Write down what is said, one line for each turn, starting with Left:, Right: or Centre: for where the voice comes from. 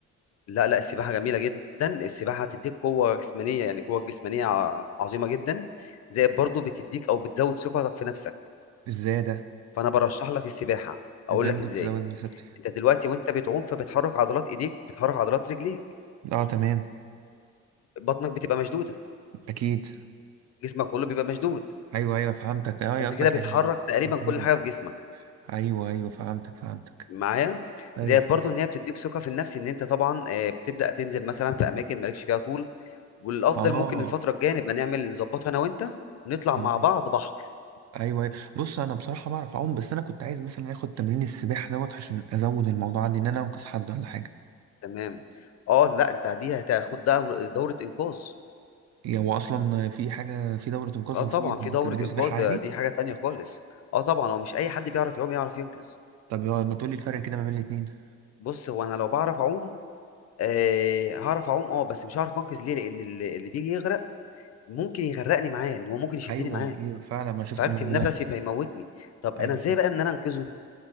Left: لا لا السباحه جميله جدا السباحه هتديك قوه جسمانيه يعني قوه جسمانيه ع- عظيمه جدا زائد برضو بتديك او بتزود ثقتك في نفسك
Right: ازاي ده
Left: فانا برشح لك السباحه اقول
Right: ازاي
Left: لك
Right: ممكن
Left: ازاي
Right: تزود لي سكتي
Left: انت دلوقتي وانت بتعوم فبتحرك عضلات ايديك بتحرك عضلات رجليك
Right: اه تمام
Left: بطنك بتبقى مشدوده
Right: اكيد
Left: جسمك كله بيبقى مشدود
Right: ايوه ايوه فهمتك اه
Left: فانت
Right: قصدك
Left: كده بتحرك
Right: يعني
Left: تقريبا
Right: مم.
Left: كل حاجه في جسمك
Right: ايوه ايوه فهمتك فهمتك
Left: معايا
Right: ايوه
Left: زائد
Right: فهمت
Left: برضو ان هي بتديك ثقه في النفس ان انت طبعا آه، بتبدا تنزل مثلا في اماكن مالكش فيها طول والافضل
Right: اه
Left: ممكن الفتره الجايه نبقى نعمل نظبطها انا وانت ونطلع
Right: تمام
Left: مع بعض بحر
Right: ايوه أيوة. بص انا بصراحه بعرف اعوم بس انا كنت عايز مثلا اخد تمرين السباحه دوت عشان ازود الموضوع عندي ان انا انقذ حد ولا حاجه
Left: تمام اه لا انت دي هتاخد دور دوره انقاذ
Right: يعني هو اصلا في حاجه في دوره انقاذ
Left: اه
Right: وفي
Left: طبعا في دوره
Right: تدريب
Left: انقاذ
Right: سباحه
Left: ده
Right: عادي
Left: دي حاجه تانية خالص اه طبعا هو مش اي حد بيعرف يعوم يعرف ينقذ
Right: طب هو ما تقولي الفرق كده ما بين الاتنين
Left: بص هو انا لو بعرف اعوم آه هعرف اعوم اه بس مش هعرف انقذ ليه لان اللي اللي بيجي يغرق ممكن يغرقني معاه ان هو ممكن يشدني
Right: ايوه
Left: معاه
Right: ايوه فعلا ما شفت
Left: فهكتم
Right: الموضوع
Left: نفسي
Right: ده
Left: فيموتني طب
Right: ايوه
Left: انا ازاي
Right: شفت
Left: بقى ان انا انقذه